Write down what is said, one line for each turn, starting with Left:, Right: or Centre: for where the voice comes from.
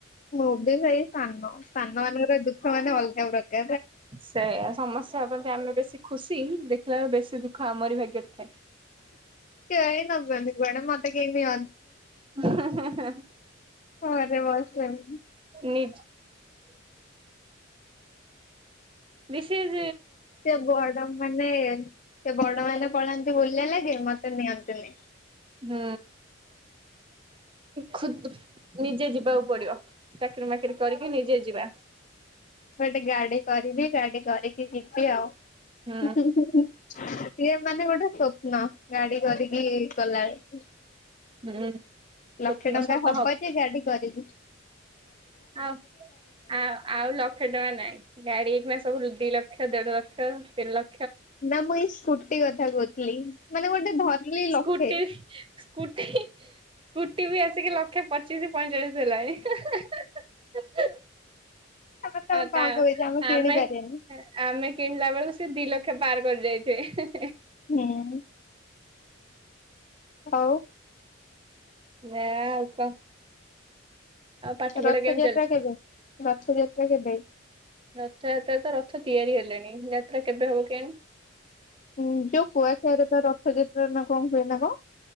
Left: ମୁଁ ବି ସେଇ ସାନ ସାନ ମାନଙ୍କର ଦୁଃଖ ମାନେ ଅଲଗା ପ୍ରକାର।
Right: ସେଇଆ ସମତ୍ସେ ଭାବନ୍ତି ଆମେ ବେଶୀ ଖୁସି ଦେ ଥିଲା ବେଶୀ ଦୁଃଖ ଆମରି ଭାଗ୍ୟରେ ଥାଏ।
Left: କେଇ ନେବେନି କୁଆଡେ ମତେ କେଇ ନିଅ
Right: ହଁ ହଁ ହେଁ।
Left: ଘରେ ବସେନି
Right: ନିଜ ବିଶେଷ।
Left: ସେ ବଡ ମାନେ ସେ ବଡ ମାନେ ପଳାନ୍ତି ବୁଲିବା ଲାଗେ ମତେ ନିଅନ୍ତିନି।
Right: ହୁଁ। ଖୁଦ ନିଜେ ଯିବାକୁ ପଡିବ ଚାକିରି ମା ଚାକିରିକି ନିଜେ ଯିବା।
Left: ଗୋଟେ ଗାଡି କରିବି ଗାଡି କରିକି ଯିବି ଆଉ।
Right: ହୁଁ।
Left: ସିଏ ମାନେ ଗୋଟେ ସ୍ୱପ୍ନ ଗାଡି କରିକି ଗଲାବେଳେ।
Right: ହୁଁ।
Left: ଲକ୍ଷେ
Right: ସ୍ୱପ୍ନ
Left: ଟଙ୍କା
Right: ସତ
Left: ହବ ଯେ ଗାଡି କରିଲୁ।
Right: ଆଉ ଆ ଆଉ ଲକ୍ଷେ ଟଙ୍କା ନାଇଁ ଗାଡି ଏଇନା ସବୁ ଦି ଲକ୍ଷ। ଦେଢ ଲକ୍ଷ ତିନି ଲ
Left: ନା ମୁଁ ଏଇ ସ୍କୁଟି କଥା କହୁଥିଲି ମାନେ ଗୋଟେ ଧରିଲି
Right: ସ୍କୁଟି
Left: ଲକ୍ଷେ।
Right: ସ୍କୁଟି ସ୍କୁଟି ବି ଆସିକି ଲକ୍ଷେ ପଚିଶ ପଇଚାଳିଶ ହେଲାଣି।
Left: ଆମେ ତମେ
Right: ଆଉ
Left: କଣ
Right: ତା
Left: କହୁଛ କିଣିପାରିବାନି
Right: ଆମେ ଆମେ କିଣିଲା ବେଳକୁ ସେ ବିଲକ୍ଷ ପାର କରି ଯାଇଥିବେ।
Left: ହୁଁ। ଆଉ
Right: ନିଆଁ ଆଉ କଣ? ଆଉ ପାଠ
Left: ରଥଯାତ୍ରା
Right: ପଢା କେମିତି ଚାଲିଛି?
Left: କେବେ ରଥଯାତ୍ରା କେବେ?
Right: ରଥଯାତ୍ରା ତ ରଥ ତିଆରି ହେଲେଣି ଯାତ୍ରା କେବେ ହବ କେମ।
Left: ହୁଁ ଯୋଉ କୁଆ ଖାର ରର୍ଥଯିତ୍ରା ନା କଣ ହୁଏ ନା କଣ।